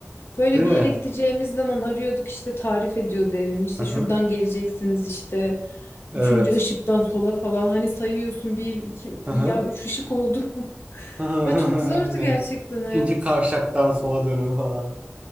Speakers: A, on the left (about 55°); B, on the right (about 25°).
A: Böyle
B: Değil
A: bir
B: mi?
A: yere gideceğimiz zaman arıyorduk işte tarif ediyordu evini. İşte
B: Hı hı.
A: şuradan geleceksiniz işte.
B: Evet.
A: Üçüncü ışıktan sola falan hani sayıyorsun bir iki
B: Hı
A: bir
B: hı.
A: ya üç ışık oldu mu? <laughs>
B: <laughs>
A: Ve çok zordu
B: Aynen.
A: gerçekten
B: İkinci
A: hayat.
B: kavşaktan sola dönün falan.